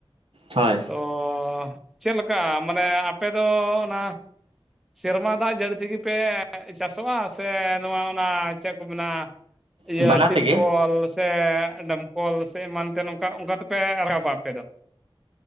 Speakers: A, on the right; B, in the centre.
A: ᱦᱳᱭ ᱾
B: ᱳᱻ ᱪᱮᱫᱞᱮᱠᱟ ᱢᱟᱱᱮ ᱟᱯᱮᱫᱚ ᱚᱱᱟ ᱥᱮᱨᱢᱟ ᱫᱟᱜ ᱡᱟᱹᱲᱤ ᱛᱮᱜᱮ ᱯᱮ ᱪᱟᱥᱚᱜᱼᱟ ᱥᱮ ᱱᱚᱣᱟ ᱚᱱᱟ ᱪᱮᱫ ᱠᱚ ᱢᱮᱱᱟ ᱤᱭᱟᱹ
A: ᱵᱟᱱᱟᱨ
B: ᱴᱤᱯᱠᱚᱞ
A: ᱛᱮᱜᱮ
B: ᱥᱮ ᱰᱚᱢᱠᱚᱞ ᱥᱮ ᱮᱢᱟᱱ ᱛᱮᱱ ᱚᱝᱠᱟ ᱚᱱᱠᱟ ᱛᱮᱯᱮ ᱨᱟᱠᱟᱵ ᱟ ᱟᱯᱮ ᱫᱚ ᱾